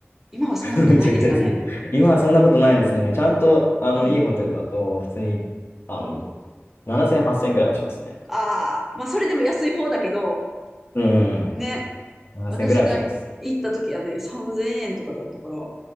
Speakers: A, in the centre; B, on the left (about 55°).
A: 今はそんなことないですかね。
B: <laughs> めちゃくちゃ安い。今はそんなことないですね。ちゃんと、あの、
A: うん。
B: いいホテルだと、普通に、あの、7000、8000ぐらいはしますね。
A: ああ、まあそれでも安い方だけど、
B: うんうんうん。
A: ね。
B: 7000ぐらいはします。
A: 私が行った時はね、3000円とかだったから。